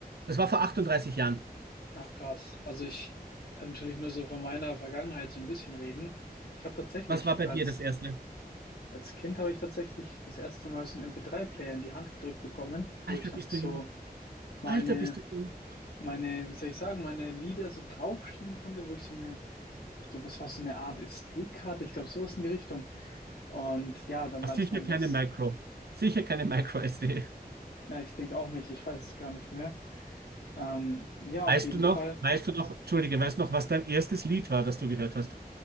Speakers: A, on the right; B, on the left.
A: Das war vor 38 Jahren.
B: Ach krass. Also ich kann natürlich nur so von meiner Vergangenheit so ein bisschen reden. Ich habe tatsächlich
A: Was war bei
B: als
A: dir das erste?
B: als Kind habe ich tatsächlich das erste Mal so einen MP3-Player in die Hand gedrückt bekommen, wo
A: Alter,
B: ich dann
A: bist
B: so
A: du jung.
B: meine
A: Alter, bist du jung.
B: meine, wie soll ich sagen, meine Lieder so draufschieben konnte, wo ich so eine ich glaube, es war so eine Art SD-Karte, ich glaube, sowas in die Richtung. Und ja, dann
A: Ah,
B: als
A: Sicher
B: man
A: keine
B: das,
A: Micro. Sicher keine Micro-SD.
B: na, ich denke auch nicht, ich weiß es gar nicht mehr. Ähm, ja, auf
A: Weißt
B: jeden
A: du noch,
B: Fall.
A: weißt du noch, Entschuldige, weißt du noch, was dein erstes Lied war, das du gehört hast?